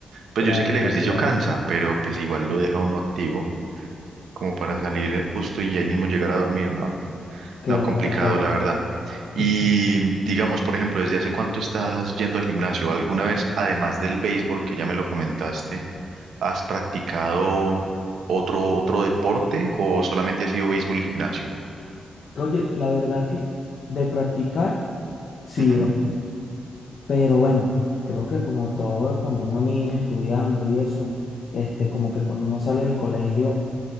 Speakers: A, on the right; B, on the left.
A: Pues
B: Claro,
A: yo sé que el ejercicio
B: tal cual.
A: cansa, pero pues igual lo deja uno activo como para salir justo y ahí mismo llegar a dormir, ¿no?
B: Claro,
A: No, complicado,
B: tal cual.
A: la verdad. Y
B: <laughs>
A: digamos, por ejemplo, ¿desde hace cuánto estás yendo al gimnasio? ¿Alguna vez, además del béisbol, que ya me lo comentaste, has practicado otro, otro deporte o solamente ha sido béisbol y gimnasio?
B: Oye, la verdad que de practicar, sí,
A: Ujú,
B: bro. Pero bueno, creo que como todo, cuando uno niño estudiando y eso, este, como que cuando uno sale del colegio